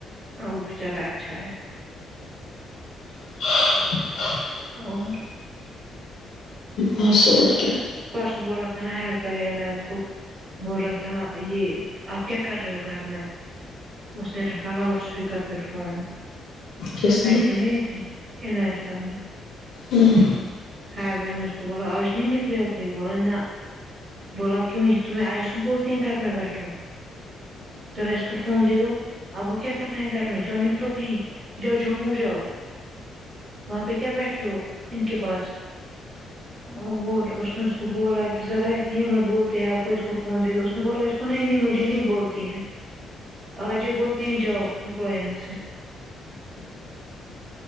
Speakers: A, on the right; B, on the left.
A: اور وہ بیچارہ اچھا ہے
B: <inaudible>
A: اور
B: بس اور کیا
A: پرسوں بولا تھا نہیں حیات بھای عنایت کو بول رہا تھا یہ آپ کیا کر رہے ہو گھر میں اس نے رکھا لاؤڈ اسپیکر پی فون
B: کس
A: میں
B: نے
A: کہ ن اتری عنایاتساب نے
B: ہوں
A: حیات بھای نے اس کو بولا آج نہیں نکلے گا تو یہ بولا نہ بولا کیوں نہی تمہیں آئیسن بولتے ہیں گھر میں بیٹھو ذرا اس کو فون دے دو اب وہ کیا کرنا ہے گھر میں جاؤ نکلو کہیں جاؤ جموں جاؤ وہاں پہ کیا بیٹھے ہو ان کے پاس اور اس نے وہ بولا کہ ذرا یہ مت بولتے ہیں آپ کو اس کو فون دے دو اس نے بولا اس کو نہیں نہیں مجھے نہیں بولتی ہے آجے بولتی ہیں جاؤ نکلو یہاں سے